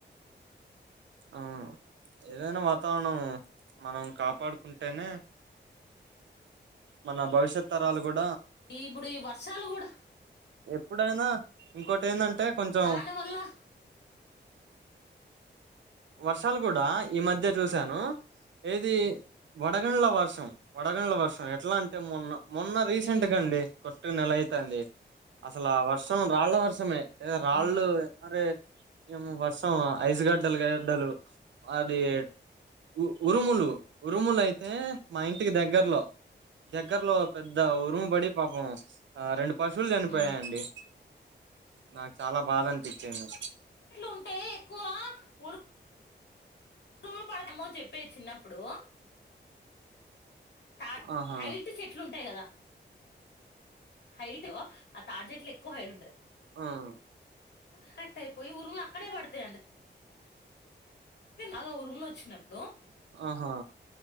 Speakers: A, on the right; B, on the left.
A: ఆ ఏదైనా వాతావరణం మనం కాపాడుకుంటేనే. మన భవిష్యత్ తరాలు బట్టి.
B: ఈ ఇప్పుడు ఈ వర్షాలు కూడా.
A: ఎప్పుడైనా ఇంకోటి ఏందంటే కొంచెం.
B: దాని వల్ల
A: వర్షాలు కూడా ఈ మధ్య చూశాను. ఏది వడగండ్ల వర్షం వడగండ్ల వర్షం ఎట్లా అంటే. అ మొన్న మొన్న రీసెంట్
B: హ్మ్
A: గా అండి కొట్టుగా నెల అతుంది అసలు ఆ. వర్షం రాళ్ళ వర్షమే రాళ్ళు
B: ఆ
A: మరే ఏము వర్షం ఐస్ గడలే. గుండలు అది. ఉ ఉరుములు ఉరుములు అయితే మా ఇంటికి దగ్గర్లో. దగ్గర్లో పెద్ద ఉరుము పడి పాపం అ రెండు. పశువులు చనిపోయాయిండి
B: ఆ
A: నాకు చాలా బాధ అనిపించింది.
B: ఇట్లు ఉంటాయి ఎక్కువ ఊరు. ఉరుములు పడతామో చెప్పేది చిన్నప్పుడు. టా
A: ఆహా
B: హైట్ చెట్లు ఉంటాయి కదా‌. హైట్ ఆ తాడి చేట్లు ఎక్కువ హైట్ ఉంటది.
A: హుమ్.
B: కనెక్ట్ అయిపోయి ఉరుములు అక్కడే పడతాయండి. అగొ ఉరుములో వచ్చినప్పుడు.
A: ఆహా.